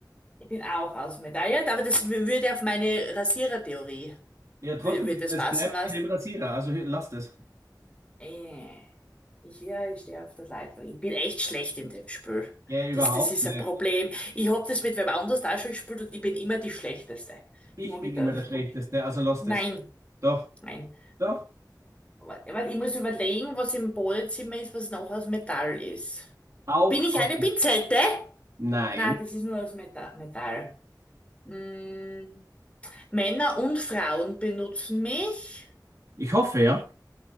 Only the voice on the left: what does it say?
Ich bin auch aus Metall, ja, aber das w- würde auf meine Rasierertheorie,
wür-
würde das
passen,
was?
Äh, ich, ja, ich stehe auf der Leitung. Ich bin echt schlecht in dem Spiel.
Das, das ist
ein Problem. Ich hab das mit wem anders da schon gespielt und ich bin immer die Schlechteste.
Das mag
ich,
das
mag ich.
Nein.
Nein.
Aber, ja, weil ich muss überlegen, was im Badezimmer ist, was noch aus Metall ist.
Bin ich
eine Pinzette?
Nein, das ist nur aus Meta Metall. Mm, Männer und Frauen benutzen mich.